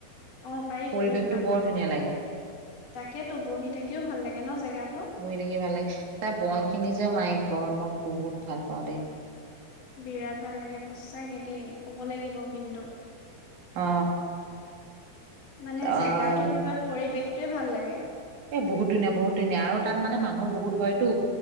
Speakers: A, on the left; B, on the right.
A: অ পাৰি
B: পৰিৱেশটো
A: পাৰি ওলাবা
B: বৰ ধুনীয়া লাগে
A: তাকেতো বহি থাকিও ভাল লাগে ন জেগাত
B: বহি থাকিব ভাল লাগে তাৰ বন খিনি যে মাইক গত মই বহুত ভাল পাওঁ দে
A: বিৰাট ভাল লাগে সচাকে দেই কব লাগিব কিন্তু
B: অ
A: মানে
B: অ',
A: জেগাতো কিবা পৰিৱেশ টোৱে ভাল লাগে
B: এ বহুত ধুনীয়া বহুত ধনীয়া আৰু তাত মানে মানুহো বহুত হয়তো